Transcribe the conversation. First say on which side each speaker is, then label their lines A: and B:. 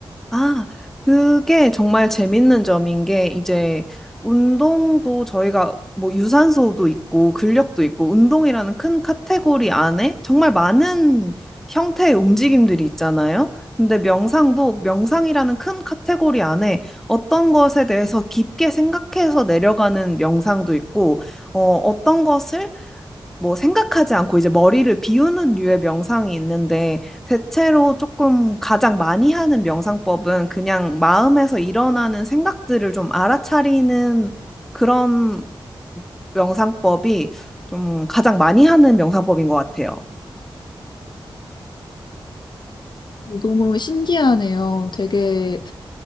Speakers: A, in the centre; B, on the left.
A: 아, 그게 정말 재밌는 점인 게 이제 운동도 저희가 뭐 유산소도 있고 근력도 있고 운동이라는 큰 카테고리 안에 정말 많은 형태의 움직임들이 있잖아요. 근데 명상도 명상이라는 큰 카테고리 안에 어떤 것에 대해서 깊게 생각해서 내려가는 명상도 있고, 어, 어떤 것을 뭐 생각하지 않고 이제 머리를 비우는 류의 명상이 있는데 대체로 조금 가장 많이 하는 명상법은 그냥 마음에서 일어나는 생각들을 좀 알아차리는 그런 명상법이 좀 가장 많이 하는 명상법인 것 같아요.
B: 너무 신기하네요. 되게